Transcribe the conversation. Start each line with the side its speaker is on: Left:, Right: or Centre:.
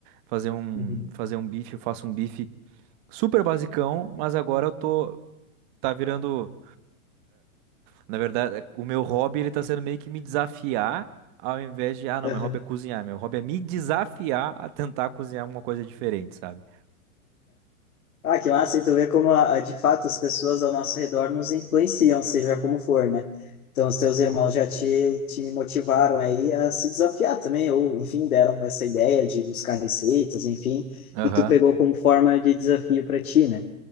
Right: fazer um,
Left: uhum.
Right: fazer um bife, eu faço um bife super basicão, mas agora eu tô, tá virando. Na verdade, é- o meu hobby ele tá sendo meio que me desafiar ao invés de, ah, não,
Left: Aham,
Right: meu hobby é cozinhar. Meu hobby é me desafiar a tentar cozinhar uma coisa diferente, sabe?
Left: Ah, que massa, e tu vê como, a, a, de fato, as pessoas ao nosso redor nos influenciam, seja como for, né? Então, os teus irmãos já te, te motivaram aí a se desafiar também, ou, enfim, deram essa ideia de buscar receitas, enfim,
Right: Aham.
Left: e tu pegou como forma de desafio para ti, né?